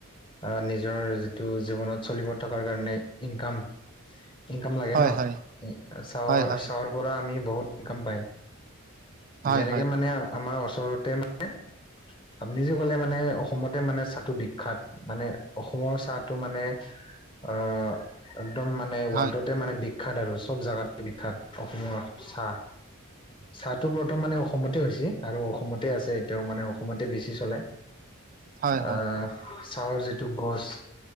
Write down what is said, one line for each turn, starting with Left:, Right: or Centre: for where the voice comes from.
Left: অ নিজৰ যিটো জীৱনত চলিবৰ থকাৰ কাৰণে ইনকাম ইনকাম লাগে
Right: হয়
Left: ন?
Right: হয়
Left: চাহৰ-চাহৰ
Right: হয় হয়
Left: পৰা আমি বহুত ইনকাম পায়
Right: হয়
Left: যেনেকে মানে আমাৰ ওচৰতে মানে আপনি যে ক'লে মানে অসমতে মানে চাহটো বিখ্যাত মানে অসমৰ চাহটো মানে অ' একদম মা নে
Right: হয়
Left: ৱৰ্ল্টতে মানে বিখ্যাত আৰু চব জাগাতে বিখ্যাত অসমৰ চাহ। চাহটো প্ৰথম মানে অসমতে হৈছি আৰু অসমতে আছে এতিয়াও মানে অসমতে বেছি চলে।
Right: হয় হয়
Left: অহ চাহৰ যিটো গছ